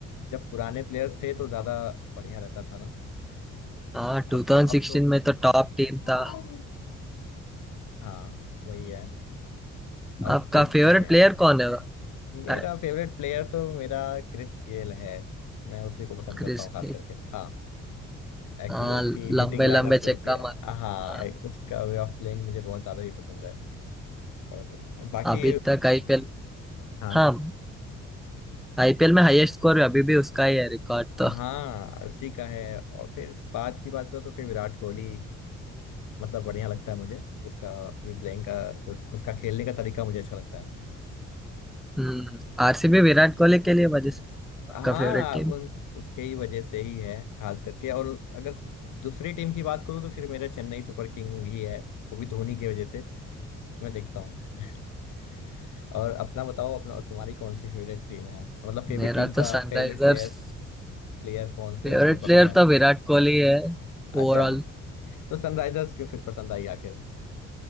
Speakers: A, on the left (about 80°); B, in the centre.
A: जब पुराने प्लेयर्स थे तो ज्यादा बढ़िया रहता था ना
B: हाँ 2016
A: अब तो अब तो
B: में तो टॉप टीम
A: हाँ
B: था
A: हाँ वही है अब
B: आपका
A: देखते
B: फेवरेट
A: हैं
B: प्लेयर कौन है
A: मेरा
B: अ,
A: फेवरेट प्लेयर तो मेरा क्रिस गेल है मैं उसी को पसंद
B: क्रिस
A: करता हूँ खास
B: के
A: करके हाँ एक्चुअली
B: हाँ
A: उसकी
B: लंबे
A: हिटिंग लाइनअप
B: लंबे
A: जो
B: चक्का
A: होती है
B: मार
A: हाँ
B: हाँ,
A: उसका वे ऑफ प्लेइंग मुझे बहुत ज्यादा ही पसंद है और बाकी
B: अभी तक आईपीएल
A: हाँ
B: हाँ आईपीएल में हाईएस्ट स्कोर अभी भी उसका ही है रिकॉर्ड
A: हाँ
B: तो
A: उसी का है और फिर बात की बात करो तो फिर विराट कोहली मतलब बढ़िया लगता है मुझे उसका प्लेइंग का उसका खेलने का तरीका मुझे अच्छा लगता है
B: हम्म आरसीबी विराट कोहली के लिए वजह से
A: हाँ
B: आपका फेवरेट टीम
A: उन उसके ही वजह से ही है खास करके और अगर दूसरी टीम की बात करूँ तो फिर मेरा चेन्नई सुपर किंग ही है वो भी धोनी की वजह से मैं देखता हूँ <laughs> और अपना बताओ अपना तुम्हारी कौन सी फेवरेट टीम है मतलब फेवरेट
B: मेरा
A: टीम का
B: तो सनराइजर्स
A: फेवरेट प्लेयर्स प्लेयर कौन से
B: फेवरेट
A: उसमें पसंद
B: प्लेयर
A: आते
B: तो
A: हैं
B: विराट कोहली है ओवरऑल
A: अच्छा तो सनराइजर्स क्यों फिर पसंद आई आखिर